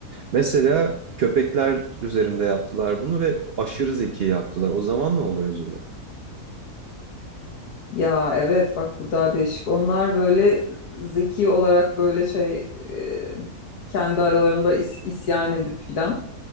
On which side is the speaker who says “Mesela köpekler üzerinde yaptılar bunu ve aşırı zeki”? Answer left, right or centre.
Right